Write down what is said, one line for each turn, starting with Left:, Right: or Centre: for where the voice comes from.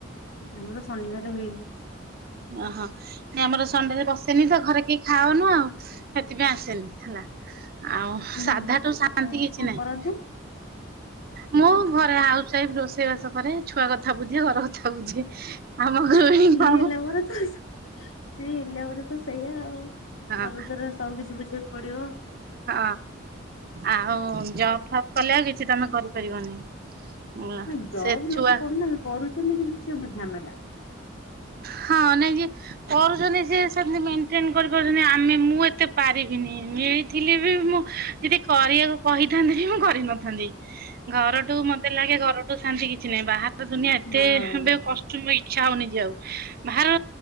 Left: ଆମର ଶନିବାର ହୁଏନି।
Right: ଓହୋ ଆମର ସଣ୍ଡେ ରେ ପସେନି ତ ଘରେ କେହି ଖାଅନୁ ଆଉ ସେଥିପାଇଁ ଆସେନି ହେଲା। ଆଉ
Left: ହୁଁ
Right: ସାଧାଠୁ
Left: ହୁଁ
Right: ଶାନ୍ତି
Left: ଆପଣ
Right: କିଛି
Left: କଣ
Right: ନାହିଁ।
Left: କରନ୍ତି?
Right: ମୁଁ ଘରେ ହାଉସ ୱାଇଫ ରୋଷେଇ ବାସ କରେ ଛୁଆ କଥା ବୁଝେ ଘର କ ଥା ବୁଝେ ଆମ ଗୃହିଣୀ
Left: ହଁ ସିଏ
Right: ଆଉ
Left: ହେଲା ପରେ ସିଏ ହେଲା ପରେ ତ ସେଇଆ ଆଉ
Right: ହଁ
Left: ଘର ସବୁ କିଛି ବୁଝିବାକୁ ପଡ଼ିବ ଆଉ।
Right: ହଁ ଆଉ ଜବ୍ ଫବ୍ କଲେ ଆଉ କିଛି ତମେ କରିପାରିବନି। ହେଲା
Left: ହଁ ଜବ୍
Right: ସେ
Left: ଲୋକ
Right: ଛୁଆ
Left: କରୁନା କରୁଛନ୍ତି କିନ୍ତୁ ସେ ବୁଝାମଲା।
Right: ହଁ ନାଇଁ ଯେ- କରୁଛନ୍ତି ଯିଏ ସିଏ ସେମତି ମେଣ୍ଟେନ କରିପାରୁଛନ୍ତି ଆମେ ମୁଁ ଏତେ ପାରିବିନି ଏଇ- ଥିଲେ ବି ମୁଁ ଯଦି କରିବାକୁ କହିଥାନ୍ତେ ବି ମୁଁ କରିନଥାନ୍ତି। ଘରଠୁ ମତେ ଲାଗେ ଘରଠୁ ଶାନ୍ତି କିଛି ନାହିଁ ବାହାର ଦୁନିଆ ଏତେ
Left: ଆଉ
Right: ଏବେ କଷ୍ଟ। ଇଚ୍ଛା ହଉନି ଯିବାକୁ ଆଉ ବାହାରୁ